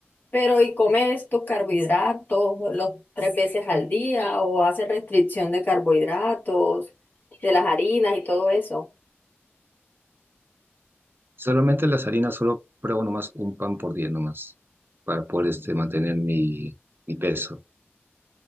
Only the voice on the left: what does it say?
Pero ¿y comes tus carbohidratos los tres veces al día o haces restricción de carbohidratos, de las harinas y todo eso?